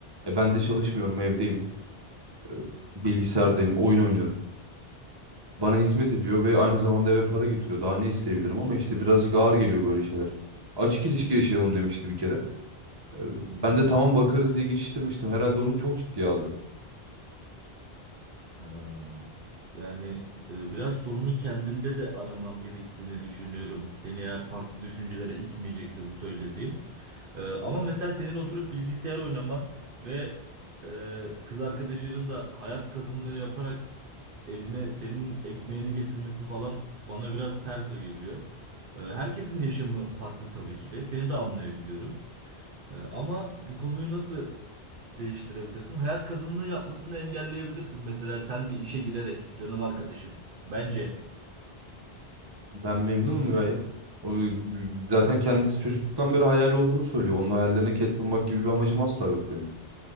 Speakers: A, on the right; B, on the right.
A: E ben de çalışmıyorum, evdeyim. E, bilgisayardayım, oyun oynuyorum. Bana hizmet ediyor ve aynı zamanda eve para getiriyor. Daha ne isteyebilirim ama işte birazcık ağır geliyor böyle şeyler. Açık ilişki yaşayalım demişti bir kere. E,
B: Hı hı.
A: Ben de tamam bakarız diye geçiştirmiştim. Herhalde onu çok ciddiye aldı.
B: Ha, yani e, biraz sorunu kendinde de araman gerektiğini düşünüyorum. Seni eğer farklı düşüncelere itmeyecekse bu söylediğim. E, ama mesela senin oturup bilgisayar oynaman ve e, kız arkadaşının da hayat kadınlığı yaparak s- evine senin ekmeğini getirmesi falan bana biraz ters o geliyor. E, herkesin yaşamı farklı tabii ki de. Seni de anlayabiliyorum. E, ama bu konuyu nasıl değiştirebilirsin. Hayat kadınlığı yapmasını engelleyebilirsin. Mesela sen bir işe girerek canım arkadaşım. Bence.
A: Ben memnunum gayet. O, zaten kendisi çocukluktan beri hayali olduğunu söylüyor. Onun hayallerine ket vurmak gibi bir amacım asla yok benim.